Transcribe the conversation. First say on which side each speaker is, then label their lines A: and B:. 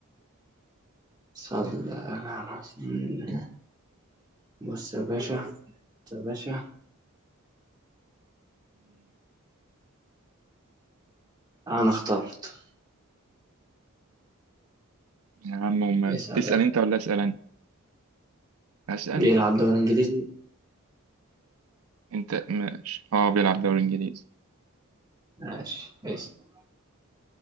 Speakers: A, on the right (about 20°); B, on the right (about 85°).
A: صلى على رسول بص يا باشا بص يا باشا انا اخترت
B: يا عم أمال
A: اسأل
B: تسأل
A: يلا
B: أنت ولا أسأل أنا؟ هسأل
A: بيلعب دوري انجليزي
B: أنت ماشي أه بيلعب دوري إنجليزي
A: ماشي اسأل